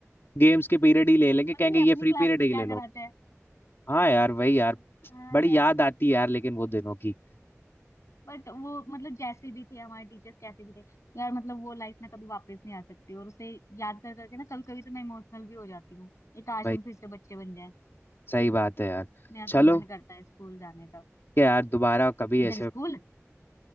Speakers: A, on the left; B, on the left.
A: गेम्स के पीरियड ही ले लेंगे
B: पता
A: कहेंगे
B: नहीं
A: ये
B: अपनी
A: फ्री
B: क्लास
A: पीरियड
B: में
A: ही
B: क्या
A: ले
B: कराते
A: लो
B: हैं
A: हाँ यार वही यार
B: <laughs> हाँ
A: बड़ी
B: यार
A: याद आती है यार लेकिन वो दिनों की
B: बट वो मतलब जैसे भी थे हमारे टीचर्स कैसे भी थे यार मतलब वो लाइफ ना कभी वापस नहीं आ सकती और उसे याद कर करके ना कभी कभी तो मैं इमोशनल भी हो जाती हूँ ये काश
A: भाई
B: हम फिर से बच्चे बन जाएं
A: सही बात है यार
B: मेरा
A: चलो
B: तो मन करता है स्कूल जाने का
A: क्या यार दोबारा कभी
B: किधर
A: ऐसे
B: स्कूल